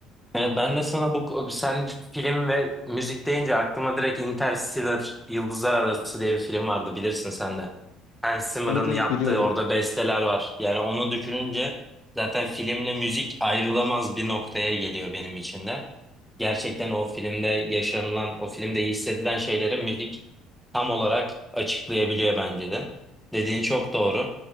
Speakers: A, in the centre; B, on the left.
A: Yani ben de sana bu sen film ve müzik deyince aklıma direkt Interstellar Yıldızlar Arası diye bir film vardı bilirsin sen de. Hans Zimmer'ın
B: Evet evet
A: yaptığı
B: biliyorum.
A: orada besteler var. Yani onu düşününce zaten filmle müzik ayrılamaz bir noktaya geliyor benim için de. gerçekten o filmde yaşanılan, o filmde hissedilen şeyleri müzik tam olarak açıklayabiliyor bence de. Dediğin çok doğru.